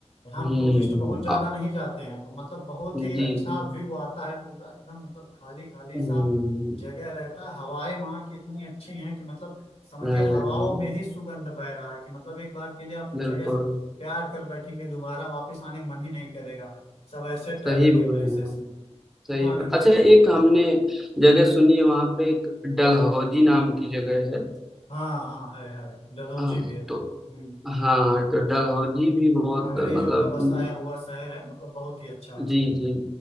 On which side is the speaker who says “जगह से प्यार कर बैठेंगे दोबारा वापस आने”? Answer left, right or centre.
Left